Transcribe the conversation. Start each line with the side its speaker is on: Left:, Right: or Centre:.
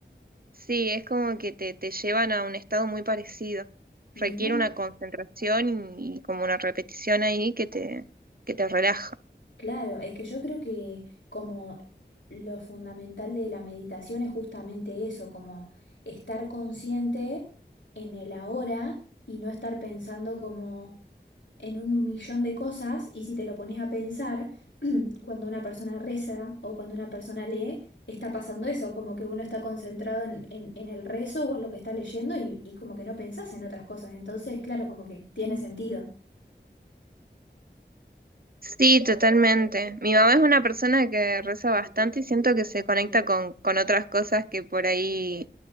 Right: Sí, es como que te, te llevan a un estado muy parecido.
Left: Mirá,
Right: Requiere una concentración y, y como una repetición ahí que te, que te relaja.
Left: claro, es que yo creo que como lo fundamental de la meditación es justamente eso, como estar consciente en el ahora y no estar pensando como en un millón de cosas y si te lo pones a pensar, <clears throat> cuando una persona reza o cuando una persona lee, está pasando eso, como que uno está concentrado en, en- en el rezo o en lo que está leyendo y, y como que no pensás en otras cosas. Entonces, claro, como que tiene sentido.
Right: Sí, totalmente. Mi mamá es una persona que reza bastante y siento que se conecta con, con otras cosas que por ahí